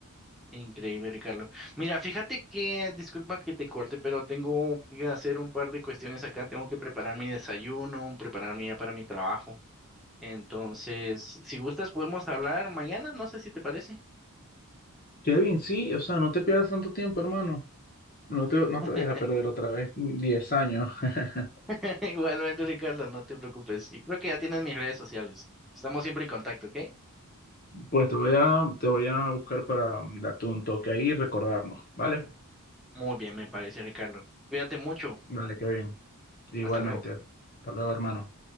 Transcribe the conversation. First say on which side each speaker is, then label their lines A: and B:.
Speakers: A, in the centre; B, on the left.
A: Increíble, Ricardo. Mira, fíjate que, disculpa que te corte, pero tengo que hacer un par de cuestiones acá. Tengo que preparar mi desayuno, prepararme ya para mi trabajo. Entonces, si gustas, podemos hablar mañana, no sé si te parece.
B: Kevin, sí, o sea, no te pierdas tanto tiempo, hermano. No te,
A: <laughs>
B: no te vayas a perder otra vez 10 años. <laughs>
A: <laughs> Igualmente, Ricardo, no te preocupes. Yo creo que ya tienes mis redes sociales. Estamos siempre en contacto, ¿ok?
B: Pues te voy a, te voy a buscar para um, darte un toque ahí y recordarnos, ¿vale?
A: Muy bien, me parece, Ricardo. Cuídate mucho.
B: Vale, Kevin. Igualmente.
A: Hasta luego.
B: Hasta luego, hermano.